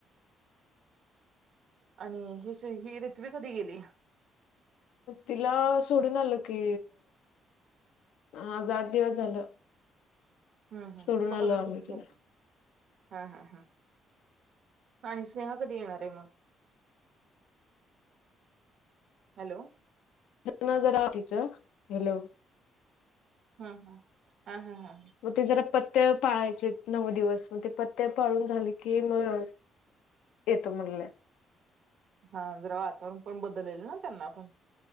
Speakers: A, on the right; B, on the left.
A: आणि हि सी हि रथ्वी कधी गेली?
B: तिला सोडून आलो कि, आज आठ दिवस झालं.
A: हम्.
B: सोडून
A: हम.. तो
B: आलो
A: भगा
B: आम्ही
A: तिकडे सारखे.
B: तिला
A: हा हा हा.. आणि स्नेहा कधी येणार ये मग? हॅलो!
B: जनर जगाव <inaudible> तिच हॅलो!
A: हं हं आ हा हा..
B: व ती जरा पत् पत्त्या पाळायचे नऊ दिवस म ते पत्त्या पाळून झाले की मग येतो म्हणल्या.
A: हा जरा वातावरण पण बदललेल ना त्यांना पण.